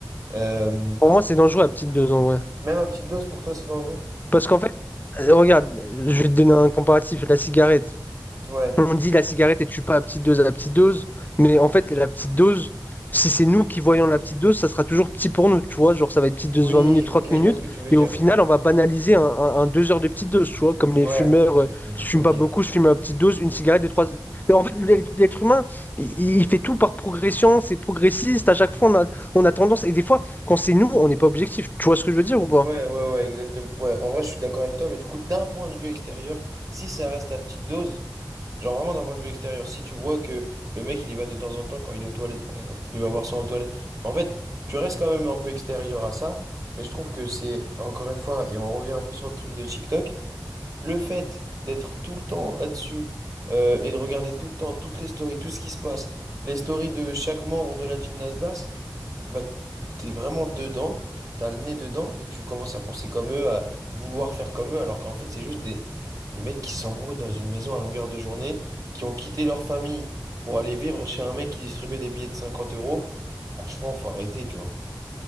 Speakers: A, on the right; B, on the left.
A: Euh,
B: Pour moi, c'est dangereux la petite dose en vrai.
A: Même à petite dose, pour toi, c'est dangereux?
B: Parce qu'en fait, euh, regarde, je vais te donner un comparatif, la cigarette.
A: Ouais.
B: On dit la cigarette ne tue pas à petite dose, à petite dose, mais en fait, la petite dose, si c'est nous qui voyons la petite dose, ça sera toujours petit pour nous, tu vois. Genre, ça va être petite dose
A: Oui,
B: 20 minutes, 30
A: ok,
B: minutes,
A: je vois ce que tu veux dire.
B: et au final, on va banaliser un, un, un deux heures de petite dose, tu vois. Comme les
A: Ouais,
B: fumeurs,
A: exactement.
B: euh, je fume
A: Ok.
B: pas beaucoup, je fume à petite dose, une cigarette de trois. Mais En fait, l'être
A: Oui.
B: l'être humain, il, il fait tout par progression, c'est progressiste, à chaque fois, on a, on a tendance, et des fois, quand c'est nous, on n'est pas objectif. Tu vois ce que je veux dire ou pas?
A: Ouais, ouais, ouais, exactement. Ouais, en vrai, je suis d'accord avec toi, mais du coup, d'un point de vue extérieur, si ça reste à petite dose, Genre vraiment d'un point de vue extérieur. Si tu vois que le mec il y va de temps en temps quand il est aux toilettes par exemple, il va voir ça aux toilettes. En fait, tu restes quand même un peu extérieur à ça, mais je trouve que c'est encore une fois, et on revient un peu sur le truc de TikTok, le fait d'être tout le temps là-dessus euh, et de regarder tout le temps toutes les stories, tout ce qui se passe, les stories de chaque membre de la team Nasdaq, bah, t'es vraiment dedans, t'as le nez dedans et tu commences à penser comme eux, à vouloir faire comme eux, alors qu'en fait, c'est juste des, des mecs qui s'embrouillent dans une maison à longueur de journée, qui ont quitté leur famille pour aller vivre chez un mec qui distribuait des billets de 50 euros. Franchement, faut arrêter, tu vois.